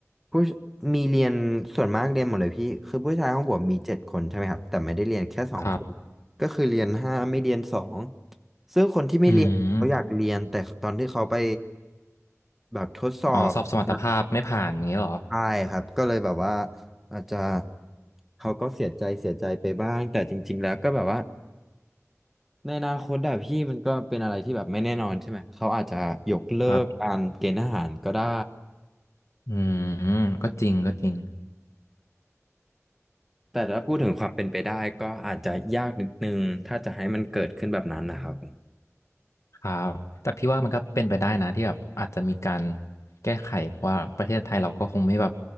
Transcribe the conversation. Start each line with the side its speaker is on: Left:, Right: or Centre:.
Centre: ผู้ชมีเรียนส่วนมากเรียนหมดเลยพี่คือผู้ชายห้องผมมีเจ็ดคนใช่ไหมครับแต่ไม่ได้เรียนแค่สองคนก็คือเรียนห้าไม่เรียนสอง
Left: ครับ
Centre: ซึ่งคนที่ไม่เรียนเขาอยากเรียนแต่ตอนที่เขาไป
Left: อืม
Centre: แบบทดสอบมา
Left: อ๋อสอบสมรรถภาพไม่ผ่านอย่างเงี้ยเหรอ
Centre: ใช่ครับก็เลยแบบว่าอาจจะเขาก็เสียใจเสียใจไปบ้างแต่จริงๆแล้วก็แบบว่าในอนาคตอะพี่มันก็เป็นอะไรที่แบบไม่แน่นอนใช่ไหมเขาอาจจะยกเลิกการเกณฑ์ทหารก็ได้
Left: ครับอืมก็จริงก็จริง
Centre: แต่ถ้าพูดถึงความเป็นไปได้ก็อาจจะยากนิดนึงถ้าจะให้มันเกิดขึ้นแบบนั้นนะครับ
Left: ครับแต่พี่ว่ามันก็เป็นไปได้นะที่แบบอาจจะมีการแก้ไขเพราะว่าประเทศไทยเราก็คงไม่แบบ